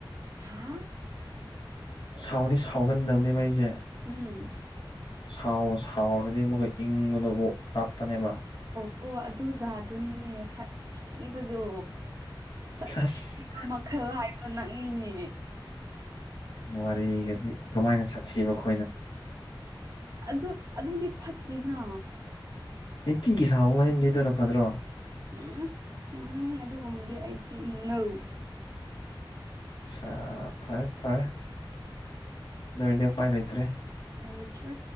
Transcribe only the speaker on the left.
ꯁꯥꯎꯗꯤ ꯁꯥꯎꯒꯟꯗꯕꯅꯦꯕ ꯑꯩꯁꯦ
ꯁꯥꯎ ꯁꯥꯎꯔꯗꯤ ꯑꯃꯨꯛꯀ ꯏꯪꯕꯗꯣꯀꯣ ꯇꯞꯄꯅꯦꯕ
ꯑꯁ
ꯋꯥꯔꯤꯒꯗꯤ ꯀꯃꯥꯏꯅ ꯁꯥꯁꯊꯤꯕꯀꯣ
ꯅꯤꯇꯤꯒꯤ ꯁꯥꯎꯑꯣꯍꯩꯝꯅꯤꯗꯅ ꯐꯗ꯭ꯔꯣ
ꯑꯆꯥ ꯐꯔꯦ ꯐꯔꯦ ꯑꯗꯨꯑꯣꯏꯗꯤ ꯑꯄꯥꯏ ꯂꯩꯇꯔꯦ